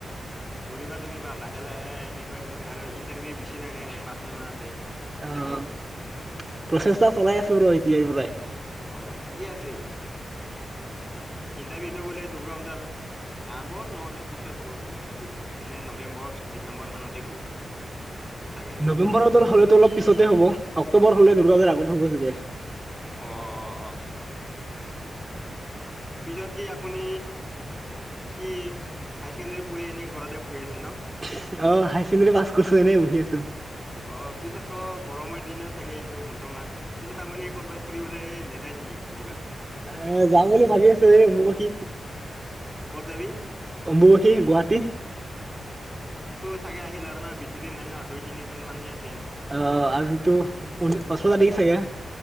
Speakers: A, in the centre; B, on the right (about 20°).
A: দৌৰিবা -দৌৰিবা লাহে- লাহে এনেকুৱাই কৰি থাক আৰু ইণ্টাৰভিউ বেছি নাই এনে এনে পাঁচ, ছয় মাহ আছে।
B: অ'
A: চাগে
B: প্ৰচেষ্টা চলাই ৰ এতিয়াৰ পৰাই।
A: অ' ঠিকে আছে। ইণ্টাৰভিউটো বোলে দূৰ্গা পূজাৰ আগত নহ'লে পিছত হ'ব বোলে ইণ্টাৰভিউটো। এনে নৱেম্বৰ ডিচেম্বৰ মানতে হ'ব। চাগে
B: নৱেম্বৰত তোৰ হ'লেটো অলপ পিছতে হ'ব, অক্টোবৰ হ'লে দূৰ্গা পুজাৰ আগত হ'ব চাগে।
A: অ', অ', অ', অ'। পিছত কি আপুনি কি হাই ছেকেণ্ডৰী পঢ়ি এনে ঘৰতে বহি আছে ন'?
B: অ', হাই ছেকেণ্ডৰী পাছ কৰিছোঁ, এনেই বহি আছোঁ।
A: অ পিছতো গৰমৰ দিনে ছাগে এইটো বৰ্তমান পিছত আপুনি কৰ'বাত ফুৰিবলৈ নাযায় নেকি কিবাত?
B: হেৰ যাম বুলি ভাবি আছোঁ, এই অম্বুবাচী,
A: ক'ত যাবি
B: অম্বুবাচী গুৱাহাটী।
A: ছাগে আহিল আৰু ন' বেছি দিন নাই ন' দুই, তিনিদিন মান হে আ
B: অ', আজিটো <unintelligible> চাগে